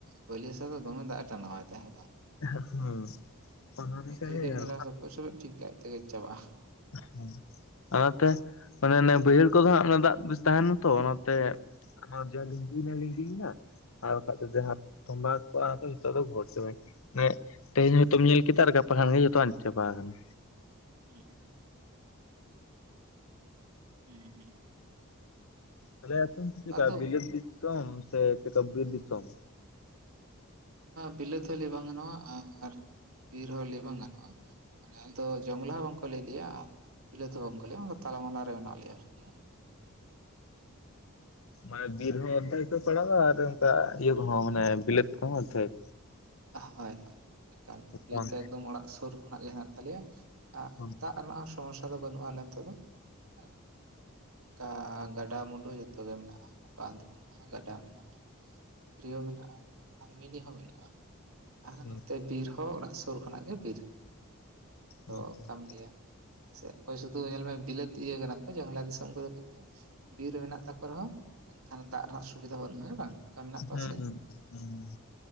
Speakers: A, on the right; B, on the left.
A: ᱵᱟᱞᱤ ᱦᱟᱥᱟ ᱫᱚ ᱫᱚᱢᱮ ᱫᱟᱜ ᱮ ᱴᱟᱱᱟᱣᱟᱭ ᱛᱚ ᱦᱮᱸ ᱵᱟᱝ
B: ᱵᱤᱱ ᱦᱩᱸ ᱚᱱᱟ ᱞᱮᱠᱟ
A: ᱢᱤᱫ ᱜᱷᱟᱹᱲᱤ
B: ᱜᱮ
A: ᱜᱮᱢ
B: ᱦᱮᱸ
A: ᱧᱮᱞᱟ, ᱥᱯᱚᱡ ᱥᱯᱚᱡ ᱴᱷᱤᱠ ᱜᱮ ᱟᱡ ᱛᱮᱜᱮ ᱪᱟᱵᱟᱜᱼᱟ᱾
B: ᱦᱮᱸ᱾ ᱚᱱᱟ ᱛᱮ ᱢᱟᱱᱮ ᱚᱱᱮ ᱵᱟᱹᱭᱦᱟᱹᱲ ᱠᱚᱫᱚ ᱦᱟᱸᱜ ᱫᱟᱜ ᱵᱮᱥ ᱛᱟᱦᱮᱱᱟ ᱛᱚ᱿ ᱚᱱᱟᱛᱮ ᱚᱱᱟ ᱡᱟ ᱞᱤᱸᱜᱤᱭ ᱮᱱᱟ ᱞᱤᱸᱜᱤᱭ ᱮᱱᱟ᱾ ᱟᱨ ᱵᱟᱠᱷᱟᱡᱽ ᱫᱚ ᱡᱟᱦᱟᱸ
A: ᱦᱩᱸ
B: ᱛᱷᱚᱢᱵᱟ ᱠᱚᱜᱼᱟ, ᱱᱤᱛᱚᱜ ᱫᱚ ᱜᱷᱚᱨ ᱦᱚ ᱪᱚᱣᱟᱭ ᱛᱮᱦᱮᱧ ᱦᱚᱭᱛᱚᱢ ᱧᱮᱞ ᱠᱮᱫᱟ᱾ ᱜᱟᱯᱟ ᱠᱷᱟᱱ ᱜᱮ ᱡᱷᱚᱛᱚ ᱟᱫ ᱪᱟᱵᱟ ᱟᱠᱟᱱᱟ᱾
A: ᱦᱩᱸ ᱦᱮᱸ, ᱦᱩᱸ᱾
B: ᱛᱟᱦᱮ ᱮᱛᱚ ᱪᱮᱫ ᱠᱟ
A: ᱟᱫᱚ
B: ᱵᱤᱞᱟᱛ ᱫᱤᱥᱚᱢ ᱥᱮ ᱪᱮᱫᱠᱟ ᱵᱤᱨ ᱫᱤᱥᱚᱢ?
A: ᱵᱤᱞᱟᱹᱛ ᱦᱚᱸ ᱞᱮᱟᱹᱭ ᱵᱟᱝ ᱜᱟᱱᱚᱜᱼᱟ ᱟᱨ ᱵᱤᱨ ᱦᱚᱸ ᱞᱟᱹᱭ ᱦᱚᱸ ᱵᱟᱝ ᱜᱟᱱᱚᱜᱼᱟ᱾ ᱢᱟᱱᱮ ᱟᱞᱮ ᱫᱚ ᱡᱚᱝᱞᱟ ᱦᱚᱸ ᱵᱟᱝ ᱠᱚ ᱞᱟᱹᱭᱮᱫ ᱞᱮᱭᱟ ᱟᱨ ᱯᱤᱞᱟᱹ ᱦᱚᱸ ᱵᱟᱝ ᱠᱚ ᱞᱮᱭᱟ, ᱛᱟᱞᱟᱢᱟᱞᱟ ᱨᱮ ᱢᱮᱱᱟᱜ ᱞᱮᱭᱟ ᱟᱨᱠᱤ ᱦᱮᱸ᱾
B: ᱢᱟᱱᱮ ᱵᱤᱨ ᱦᱚᱸ ᱚᱫᱷᱮᱠ ᱠᱚ ᱯᱟᱲᱟᱣᱟ ᱟᱨ ᱚᱱᱠᱟ ᱤᱭᱟᱹ
A: ᱦᱩᱸ
B: ᱠᱚᱦᱚᱸ
A: ᱦᱩᱸ
B: ᱢᱟᱱᱮ ᱵᱤᱞᱟᱛ ᱠᱚᱦᱚᱸ ᱚᱫᱷᱮᱠ
A: ᱦᱳᱭ, ᱦᱳᱭ, ᱮᱠᱟᱞ ᱵᱤᱨ
B: ᱦᱩᱸ
A: ᱛᱮ ᱮᱠᱫᱚᱢ ᱚᱲᱟᱜ ᱥᱩᱨ ᱠᱷᱚᱱᱟᱜ ᱜᱮ ᱢᱮᱱᱟ ᱜᱮᱱᱟᱜ ᱛᱟᱞᱮᱭᱟ᱾
B: ᱦᱩᱸ
A: ᱫᱟᱜ ᱨᱮᱱᱟᱜ ᱦᱚᱸ ᱥᱚᱢᱚᱥᱥᱟ ᱫᱚ ᱵᱟᱹᱱᱩᱜᱼᱟ, ᱞᱮᱱ ᱛᱮᱫ ᱫᱚ ᱦᱮᱸ᱾ ᱚᱱᱠᱟ ᱜᱟᱰᱟ ᱢᱩᱰᱩ ᱡᱚᱛᱚ ᱜᱮ ᱢᱮᱱᱟᱜᱼᱟ᱾ ᱵᱟᱸᱫ ᱢᱮᱱᱟᱜᱼᱟ, ᱜᱟᱰᱟ ᱢᱮᱱᱟᱜᱼᱟ, ᱯᱩᱠᱷᱚᱨᱤ ᱦᱚᱸ ᱢᱮᱱᱟᱜᱼᱟ, ᱟᱨᱢᱤᱱᱤ ᱦᱚᱸ ᱢᱮᱱᱟᱜᱼᱟ᱾ ᱦᱚᱸ
B: ᱦᱩᱸ
A: ᱱᱚᱱᱛᱮ ᱵᱤᱨ ᱦᱚᱸ ᱚᱲᱟᱜ ᱥᱩᱨ ᱠᱷᱚᱱᱟᱜ ᱜᱮ ᱵᱤᱨ ᱟᱫᱚ
B: ᱦᱩᱸ
A: ᱚᱠᱟᱢ ᱞᱟᱹᱭᱟ ᱦᱮᱸ ᱥᱮ ᱚᱠᱚᱭ ᱥᱩᱫᱩ ᱧᱮᱞ ᱢᱮ ᱵᱤᱞᱟᱹᱛ ᱤᱭᱟᱹ ᱠᱟᱱᱟ ᱠᱚ ᱵᱟᱝᱞᱟ ᱫᱤᱥᱚᱢ ᱠᱚᱫᱚ, ᱠᱤᱱᱛᱩ ᱵᱤᱨ ᱨᱮ ᱢᱮᱱᱟᱜ ᱛᱟᱠᱚ ᱨᱮᱦᱚᱸ ᱮᱱᱠᱷᱟᱱ ᱫᱟᱜ ᱨᱮᱱᱟᱜ ᱥᱩᱵᱤᱫᱷᱟ ᱵᱟᱹᱱᱩᱜᱼᱟ ᱦᱮ ᱵᱟᱝ? ᱚᱱᱠᱟ ᱢᱮᱱᱟᱜ ᱠᱚᱣᱟ
B: ᱦᱮᱸ,
A: ᱥᱮ
B: ᱦᱮᱸ,